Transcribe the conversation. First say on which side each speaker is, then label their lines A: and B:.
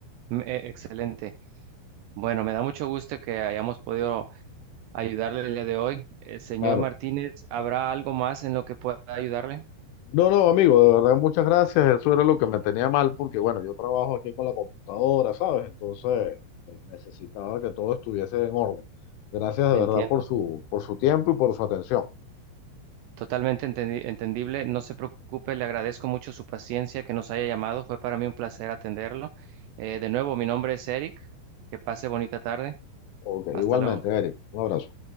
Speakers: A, on the right; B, on the left.
A: M- e- Excelente. Bueno, me da mucho gusto que hayamos podido ayudarle el día de hoy. Eh, señor
B: Claro.
A: Martínez, ¿habrá algo más en lo que pueda ayudarle?
B: No, no, amigo, de verdad, muchas gracias. Eso era lo que me tenía mal porque, bueno, yo trabajo aquí con la computadora, ¿sabes? Entonces, eh, necesitaba que todo estuviese en orden. Gracias de verdad
A: Entiendo.
B: por su, por su tiempo y por su atención.
A: Totalmente entendi- entendible. No se preocupe, le agradezco mucho su paciencia que nos haya llamado. Fue para mí un placer atenderlo. Eh, de nuevo, mi nombre es Eric. Que pase bonita tarde.
B: Ok,
A: Hasta
B: igualmente,
A: luego.
B: Eric. Un abrazo.